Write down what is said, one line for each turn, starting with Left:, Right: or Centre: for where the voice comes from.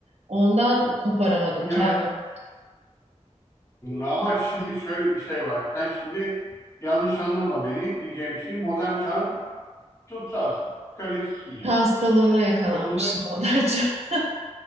Right: Ondan koparamadım
Left: ya
Right: kendimi
Left: ama şimdi şöyle bir şey var. Sen şimdi yanlış anlama beni. Diyeceğim şey modern çağın tutsağısın. Kölesisin yani.
Right: Hastalığına yakalanmışım
Left: Ve bunu
Right: Moderca. <laughs>